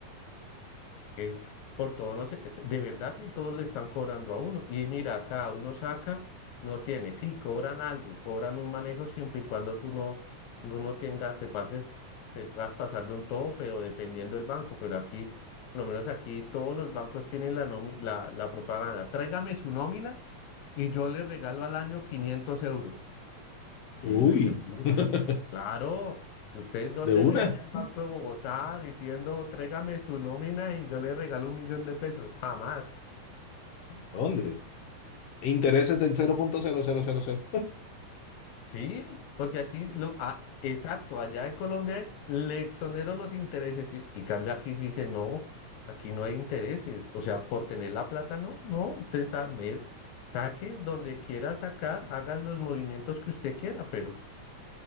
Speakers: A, on the left (about 75°); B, on the left (about 65°).
A: Es que por todo no sé, de verdad que todos le están cobrando a uno. Y mira, cada uno saca, no tiene. Sí, cobran algo, cobran un manejo siempre y cuando tú no, no, no tenga, te pases, te puedas pasar de un tope o dependiendo del banco. Pero aquí, por lo menos aquí, todos los bancos tienen la, nomi- la, la propaganda. Tráigame su nómina y yo le regalo al año 500 euros. Y
B: Uy,
A: uno dice, uff,
B: <laughs>
A: claro, ¿usted dónde
B: de una.
A: ve allá el Banco de Bogotá diciendo, tráigame su nómina y yo le regalo un millón de pesos? Jamás.
B: ¿Dónde? Intereses del 0.0000.
A: Sí, porque aquí lo, ah, exacto, allá en Colombia es, le exonero los intereses y, y cambio aquí sí dice, no, aquí no hay intereses. O sea, por tener la plata, no, no, usted sabe, saque donde quiera sacar, haga los movimientos que usted quiera, pero,